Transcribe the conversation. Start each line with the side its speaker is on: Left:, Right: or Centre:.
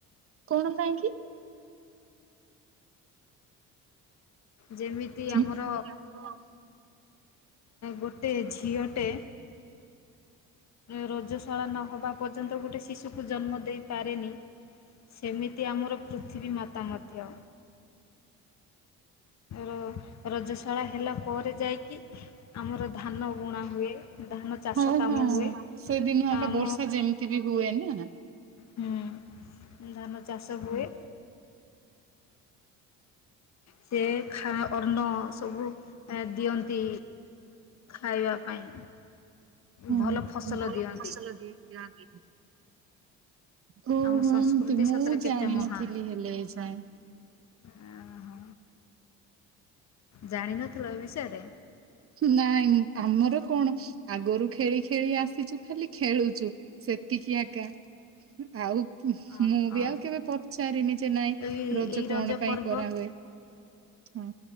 Right: କଣ ପାଇଁ କି?
Left: ଯେମିତି
Right: ଯେମିତି
Left: ଆମର
Right: ଆମର
Left: ଗୋଟେ ଝିଅଟେ ରଜଶାଳା ନହବା ପର୍ଯ୍ୟନ୍ତ ଗୋଟେ ଶିଶୁକୁ ଜନ୍ମ ଦେଇ ପାରେନି, ସେମିତି ଆମର ପୃଥିବୀ ମାତା ମଧ୍ୟ। ର ରଜଶାଳା ହେଲା ପରେ ଯାଇକି ଆମର ଧାନ ବୁଣା ହୁଏ, ଧାନ ଚାଷ
Right: ହଁ
Left: କାମ
Right: ହଁ
Left: ହୁଏ।
Right: ସେଦିନ ଆକା
Left: ଆମ
Right: ବର୍ଷା ଯେମିତି ବି ହୁଏ ନା?
Left: ହୁଁ ଧାନ ଚାଷ ହୁଏ ସେ ଖା ଅନ୍ନ ସବୁ ଦିଅନ୍ତି ଖାଇବା ପାଇଁ।
Right: ହଁ
Left: ଭଲ ଫସଲ
Right: ଭଲ
Left: ଦିଅନ୍ତି
Right: ଫସଲ ଦିଏ ଓ
Left: ଆମ
Right: ହୋ
Left: ସଂସ୍କୃତି
Right: ଏମତି ମୁଁ
Left: ସତରେ
Right: ଜାଣିନଥିଲି
Left: କେତେ ମହାନ
Right: ହେଲେ ଏ ଯାଏ।
Left: ଓହୋ ଜାଣିନଥିଲ ଏ ବିଷୟରେ?
Right: ନାଇଁ ଆମର କଣ ଆଗରୁ ଖେଳି ଖେଳି ଆସିଚୁ ଖାଲି ଖେଳୁଚୁ ସେତିକି ଆକା। ଆଉ।
Left: ହଁ।
Right: ମୁଁ
Left: ହଁ
Right: ବି ଆଉ କେବେ ପଚାରିନି ଯେ ନାଇଁ
Left: ଏଇ
Right: ରଜ
Left: ଏଇ
Right: କଣ ପାଇଁ
Left: ପର୍ବ
Right: କରାହୁଏ? ହୁଁ।